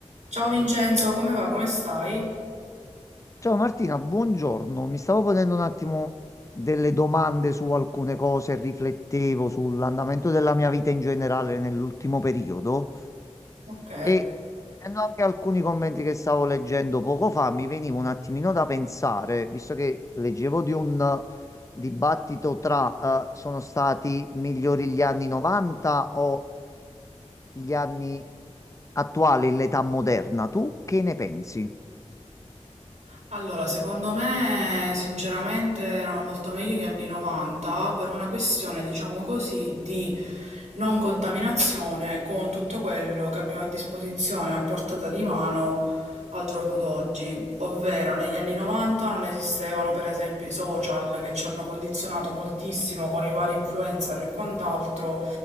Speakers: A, on the right (about 80°); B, on the left (about 25°).
A: Ciao Vincenzo, come va? Come stai?
B: Ciao Martina, buongiorno. Mi stavo ponendo un attimo delle domande su alcune cose, riflettevo sull'andamento della mia vita in generale nell'ultimo periodo
A: Ok.
B: e vedendo anche alcuni commenti che stavo leggendo poco fa, mi veniva un attimino da pensare, visto che leggevo di un eh, dibattito tra eh, sono stati migliori gli anni 90 o gli anni attuali, l'età moderna. Tu che ne pensi?
A: Allora, secondo me, sinceramente, erano molto meglio gli anni 90 per una questione, diciamo così, di non contaminazione con tutto quello che abbiamo a disposizione a portata di mano al giorno d'oggi, ovvero negli anni 90 non esistevano per esempio i social che ci hanno condizionato moltissimo con i vari influencer e quant'altro